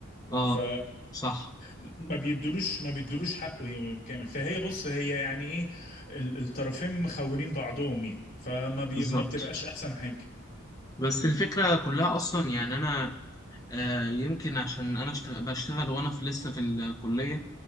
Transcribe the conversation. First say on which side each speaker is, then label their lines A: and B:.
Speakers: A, on the left; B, on the left.
A: أه
B: ف
A: صح
B: ما بيدلوش ما بيدلوش حقه كامل فهي بص هي يعني ايه ال- الطرفين مخونين بعضهم يعني فما بي
A: بالظبط
B: ما بتبقاش احسن حاجة
A: بس الفكرة كلها أصلا يعني أنا آه، يمكن عشان أنا اشت- بشتغل وأنا في لسه في الكلية